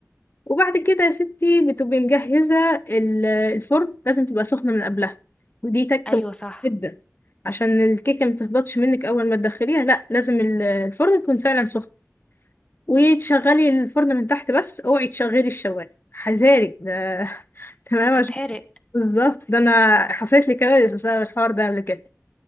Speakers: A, on the left (about 40°); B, on the left (about 20°).
A: وبعد كده يا ستي بتبقي مجهزة ال- الفرن لازم تبقى سخنة من قبلها ودي تك
B: ايوه
A: مهمة
B: صح
A: جدا عشان الكيكة ما تهبطش منك اول ما تدخليها لا لازم ال- الفرن يكون فعلا سخن وتشغلي الفرن من تحت بس اوعي تشغلي الشوايه حذارك ده <laughs> تمام عشان-
B: تتحرق
A: بالظبط ده انا حصلت لي كوارث بسبب الحوار ده قبل كده